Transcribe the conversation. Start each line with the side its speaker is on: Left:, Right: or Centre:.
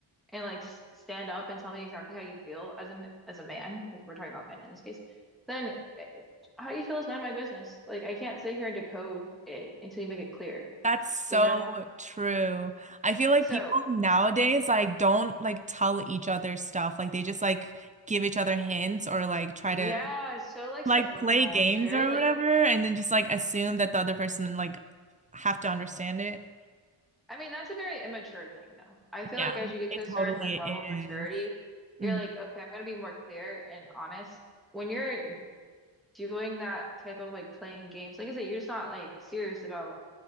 Centre: and like s stand up and tell me exactly how you feel as a m- as a man, because we're talking about men in this case, then eh, how you feel is none of my business. Like I can't sit here and decode it until you make it clear,
Right: That's so
Centre: you know?
Right: true. I feel like
Centre: So
Right: people nowadays like don't like tell each other stuff. Like they just like give each other hints or like try
Centre: Yeah,
Right: to
Centre: it's so like
Right: like
Centre: subliminal.
Right: play games
Centre: It's very
Right: or
Centre: like
Right: whatever and then just like assume that the other person like have to understand it.
Centre: I mean, that's a very immature thing though. I feel
Right: Yeah,
Centre: like as you get
Right: it
Centre: to a certain
Right: totally
Centre: like level
Right: is.
Centre: of maturity, you're
Right: Mhm.
Centre: like, okay, I'm gonna be more clear and honest. When you're doing that type of like playing games, like I said, you're just not like serious about